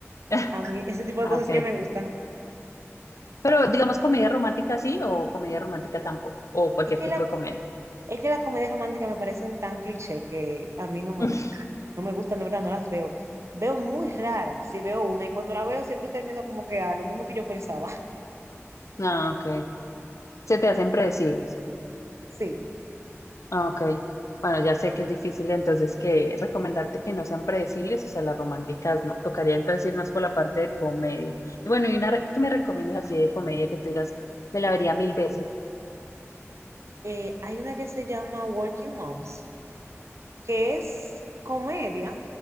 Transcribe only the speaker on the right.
A mí ese tipo de
cosas
que me gustan.
Es que
la
Es que las comedias románticas me parecen tan cliché que a mí no me
gustan. No me gustan, de verdad, no las veo. Veo muy raro si veo una y cuando la veo siempre termino como que a lo mismo que yo pensaba. <laughs>
Sí.
Eh, hay una que se llama Working Moms. que es comedia,